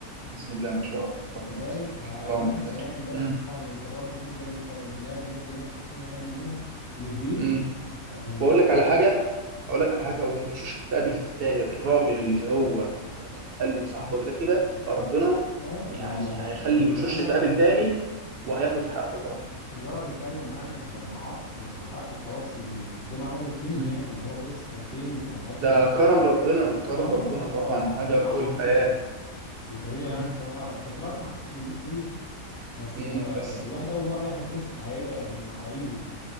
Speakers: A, on the right (about 70°); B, on the left (about 80°).
A: بسم الله ما شاء الله اللهم
B: انت فاهم
A: بارك
B: فالواحد
A: اللهم بارك
B: كان قاعد امبارح
A: مم.
B: مستعجب انت برضو تفضل انت البني ادم يفضل ينحت هنا ويعمل هنا ومش بايده
A: مم.
B: احنا امبارح
A: واقول
B: قاعدين
A: لك على حاجه اقول لك على حاجه والوشوش هتقابل تاني الراجل اللي هو قال لصاحبك ده كده ربنا
B: اه
A: يعني
B: ده
A: هيخلي
B: الولا
A: الوشوش تتقابل تاني وهياخد حقه برضه
B: الولا بيتكلم معانا لما عرف يعني هو اتاكد خلاص ان الدمعه نزلت منه
A: مم.
B: يعني ان هو بص كان فين وكان حياته
A: ده كرم
B: اه
A: ربنا كرم
B: اه
A: ربنا طبعا حاجه
B: اه ربنا
A: فوق
B: عوضه
A: الخيال
B: بطريقه
A: مم.
B: يعني الصراحه كنت بسمع قصص من دي كتير بس
A: مم.
B: آه،
A: بس
B: يعني الواحد اول مره يحضر قصه حقيقيه يعني على ايده